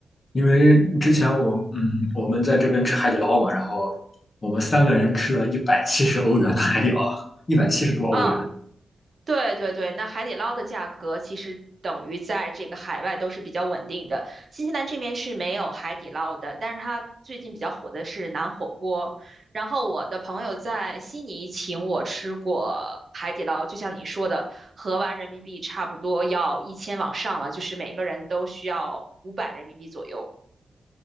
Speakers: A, on the left (about 40°); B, on the right (about 45°).
A: 因为之前我嗯，我们在这边吃海底捞嘛，然后我们三个人吃了一百七十欧元的海底捞，一百七十多欧元。
B: 嗯。对对对，那海底捞的价格其实等于在这个海外都是比较稳定的。新西兰这边是没有海底捞的，但是它最近比较火的是南火锅。然后我的朋友在悉尼请我吃过海底捞，就像你说的，合完人民币差不多要一千往上了，就是每个人都需要五百人民币左右。